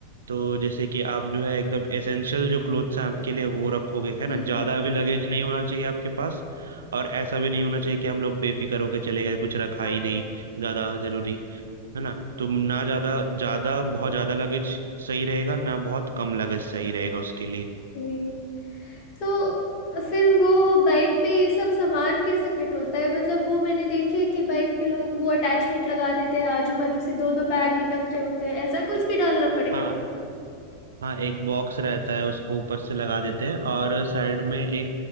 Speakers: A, on the right; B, on the left.
A: तो जैसे कि आप जो है एकदम एसेंशियल जो क्लोथ्स हैं आपके लिए वो रखोगे है
B: जी
A: ना ज़्यादा भी लगेज नहीं होना चाहिए आपके पास और ऐसा भी नहीं होना चाहिए कि हम लोग बेफिक्र होकर चले गए कुछ रखा
B: हाँ
A: ही नहीं ज़्यादा ज़रूरी है ना तो ना ज़्यादा ज़्यादा बहुत ज़्यादा लगेज सही रहेगा ना बहुत कम लगेज सही रहेगा उसके लिए
B: जी तो फिर वो बाइक पे ये सब सामान कैसे फिट होता है मतलब वो मैंने देखे है कि बाइक पे लोग वो अटैचमेंट लगा देते हैं आजू बाजू से दो दो बैग लटक रहे होते हैं ऐसा कुछ भी डालना पड़ेगा
A: हाँ हाँ एक बॉक्स रहता है उसको ऊपर से लगा देते हैं और साइड में एक